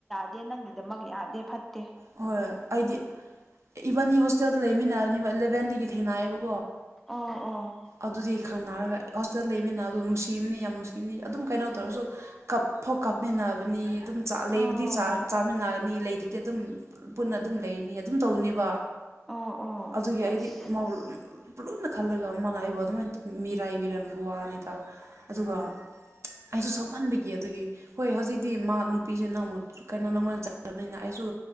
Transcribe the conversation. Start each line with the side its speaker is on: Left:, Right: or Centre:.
Centre: ꯆꯦ ꯅꯪꯒꯤꯗꯃꯛ ꯌꯥꯗꯦ ꯐꯠꯇꯦ
Right: ꯍꯣꯑꯣꯏ ꯑꯩꯗꯤ ꯏꯕꯥꯅꯤ ꯍꯣꯁꯇꯦꯜꯗ ꯂꯩꯃꯤꯟꯅꯥꯕꯅꯦꯕ ꯑꯦꯂꯚꯦꯟꯗꯒꯤ ꯊꯦꯡꯅꯑꯦꯕ
Centre: ꯎꯪ ꯎꯪ
Right: ꯑꯗꯨꯗꯤ ꯈꯪꯅꯔꯒ ꯍꯣꯁꯇꯦꯜ ꯂꯩꯃꯤꯅꯕꯗꯣ ꯅꯨꯡꯁꯤꯕꯅꯤ ꯌꯥꯝ ꯅꯨꯡꯁꯤꯕꯅꯤ ꯑꯗꯨꯝ ꯀꯩꯅꯣ ꯇꯧꯔꯖꯨ ꯀꯞ ꯐꯥꯎ ꯀꯞꯃꯤꯟꯅꯕꯅꯤ ꯑꯗꯨꯝ ꯆꯥ ꯂꯩꯕꯗꯤ
Centre: ꯑꯣ
Right: ꯆꯥꯃꯤꯟꯅꯔꯅꯤ ꯂꯩ ꯇꯗꯤ ꯑꯗꯨꯝ ꯄꯨꯟꯅ ꯑꯗꯨꯝ ꯂꯩꯅꯤ ꯑꯗꯨꯝ ꯇꯧꯅꯤꯕ
Centre: ꯑꯣ ꯑꯣ
Right: ꯑꯗꯨꯒꯤ
Centre: ꯑꯁ
Right: ꯑꯩꯗꯤ ꯃꯧ ꯂꯨꯅ ꯈꯜꯂꯒ ꯃꯥꯅ ꯑꯩꯕꯨ ꯑꯗꯨꯃꯥꯏꯅ ꯇꯧ ꯃꯤꯔꯥꯏꯕꯤꯔꯝꯕ ꯋꯥꯅꯤꯗ ꯑꯗꯨꯒ ꯑꯩꯖꯨ ꯁꯥꯎꯃꯟꯕꯒꯤ ꯑꯗꯨꯒꯤ ꯍꯣꯏ ꯍꯧꯖꯤꯛꯇꯤ ꯃꯥ ꯅꯨꯄꯤꯖꯦ ꯅꯪꯕꯨ ꯀꯩꯅꯣ ꯅꯪꯉꯣꯟꯗ ꯆꯥꯔꯕꯅꯤꯅ ꯑꯩꯖꯨ